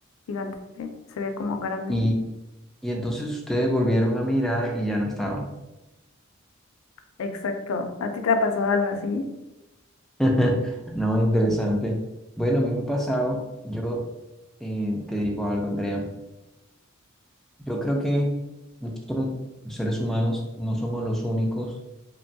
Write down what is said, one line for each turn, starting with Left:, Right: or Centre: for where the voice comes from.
Left: gigante, se ve como grande.
Centre: Y, y entonces ustedes volvieron a mirar y ya no estaba.
Left: Exacto. ¿A ti te ha pasado algo así?
Centre: <laughs> No, interesante. Bueno, a mí me ha pasado, yo eh, te digo algo, Andrea, yo creo que nosotros, los seres humanos, no somos los únicos